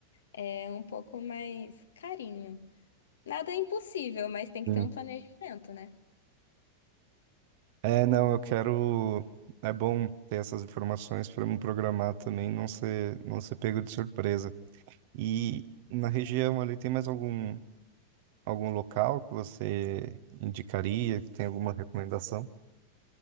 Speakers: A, on the left; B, on the right.
A: É um pouco mais carinho. Nada é impossível, mas tem que
B: Sim.
A: ter um planejamento, né?
B: É, não, eu quero. É bom ter essas informações para me programar também, não ser, não ser pego de surpresa. E na região ali tem mais algum, algum local que você indicaria, que tem alguma recomendação?